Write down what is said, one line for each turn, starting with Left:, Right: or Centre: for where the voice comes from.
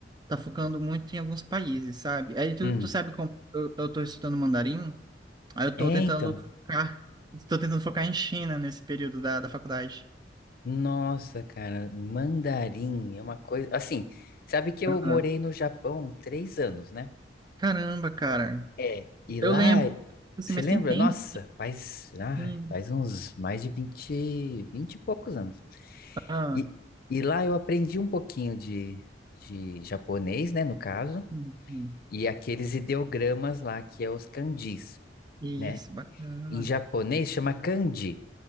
Right: tá focando muito em alguns países, sabe? Aí tu,
Left: Hum,
Right: tu sabe como eu, eu tô estudando mandarim, aí eu tô
Left: é
Right: tentando
Left: então,
Right: focar, tô tentando focar em China nesse período da, da faculdade.
Left: nossa, cara, mandarim é uma coisa, assim, sabe que eu
Right: Ah,
Left: morei no Japão três anos, né?
Right: caramba, cara.
Left: É, e
Right: Eu
Left: lá,
Right: lembro, assim,
Left: você
Right: mas
Left: lembra?
Right: tem tempo.
Left: Nossa, faz, ah,
Right: Hum,
Left: faz uns mais de 20, 20 e poucos anos.
Right: ah,
Left: E, e lá eu aprendi um pouquinho de, de japonês, né, no caso.
Right: hum, hum.
Left: e aqueles ideogramas lá, que é os kanjis,
Right: Isso,
Left: né?
Right: bacana.
Left: Em japonês chama kanji.